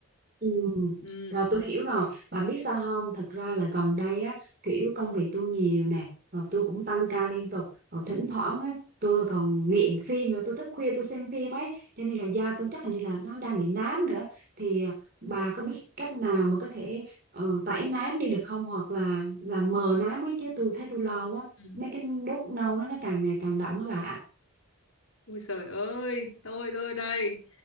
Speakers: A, on the right; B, on the left.
A: ừ.
B: ừ,
A: rồi tôi hiểu rồi bà biết sao không thật ra là gần đây á kiểu công việc tôi nhiều nè rồi tôi cũng tăng ca liên tục rồi thỉnh thoảng á tôi còn nghiện phim nữa tôi thức khuya tôi xem phim ấy cho nên là da tôi chắc hình như là nó đang bị nám nữa thì à, bà có biết cách nào mà có thể ờ, tẩy nám đi được không hoặc là làm mờ nám ấy chứ tôi thấy tôi lo quá
B: ừ.
A: mấy cái đốt nâu đó nó càng ngày càng đậm á bà
B: ui trời ơi tôi tôi đây